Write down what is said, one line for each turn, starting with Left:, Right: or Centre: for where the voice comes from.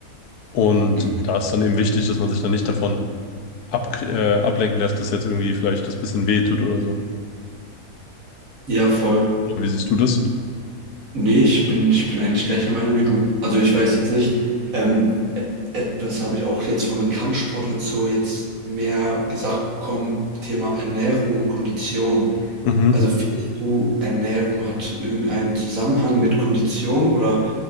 Left: Und
Right: Mhm.
Left: da ist dann eben wichtig, dass man sich dann nicht davon ab, äh, ablenken lässt, das jetzt irgendwie vielleicht das bisschen wehtut oder so.
Right: Ja, voll.
Left: Oder wie siehst du das?
Right: Nee, ich bin, ich bin eigentlich gleicher Meinung wie du. Also ich weiß jetzt nicht, ähm, e- etwas habe ich auch jetzt von den Kampfsportlern so jetzt mehr gesagt bekommen, Thema Ernährung und Kondition.
Left: Mhm.
Right: Also findest du, Ernährung hat irgendeinen Zusammenhang mit Kondition oder